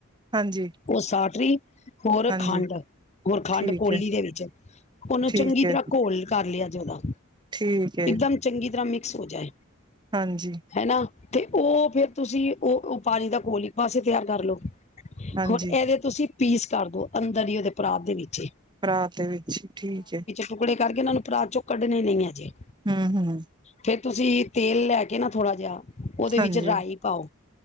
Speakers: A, on the right (about 20°); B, on the left (about 30°).
A: ਹਾਂਜੀ
B: ਉਹ ਸਾਟਰੀ ਹੋਰ
A: ਹਾਂਜੀ
B: ਖੰਡ ਹੋਰ ਖੰਡ
A: ਠੀਕ
B: ਕੋਲੀ
A: ਏ
B: ਦੇ ਵਿੱਚ ਉਹਨੂੰ
A: ਠੀਕ
B: ਚੰਗੀ
A: ਏ
B: ਤਰ੍ਹਾਂ ਘੋਲ ਕਰ ਲਿਆ ਜ ਓਦਾ।
A: ਠੀਕ ਏ।
B: ਇਕਦਮ ਚੰਗੀ ਤਰ੍ਹਾਂ ਮਿਕਸ ਹੋ ਜਾਏ।
A: ਹਾਂਜੀ।
B: ਹਨਾ? ਤੇ ਉਹ ਫੇਰ ਤੁਸੀਂ ਉਹ ਪਾਣੀ ਦਾ ਘੋਲ ਬਸ ਇਹ ਤਿਆਰ ਕਰ ਲਓ
A: ਹਾਂਜੀ
B: ਹੁਣ ਇਹਦੇ ਤੁਸੀਂ ਪੀਸ ਕਰਦੋ ਅੰਦਰ ਹੀ ਉਹਦੇ ਪਰਾਤ ਦੇ ਵਿੱਚ ਹੀ
A: ਭਰਾਤ ਦੇ ਵਿੱਚ ਹੀ ਠੀਕ ਏ
B: ਟੁਕੜੇ ਕਰਕੇ ਇਹਨਾਂ ਨੂੰ ਪਰਾਤ ਚੋਂ ਕੱਢਣੇ ਨਹੀਂ ਹੈਜੇ
A: ਹਮ ਹਮ
B: ਫੇਿਰ ਤੁਸੀਂ ਤੇਲ ਲੈ ਕੇ ਨਾ ਥੋੜ੍ਹਾ ਜਿਹਾ ਉਹਦੇ
A: ਹਾਂਜੀ
B: ਵਿੱਚ ਰਾਈ ਪਾਓ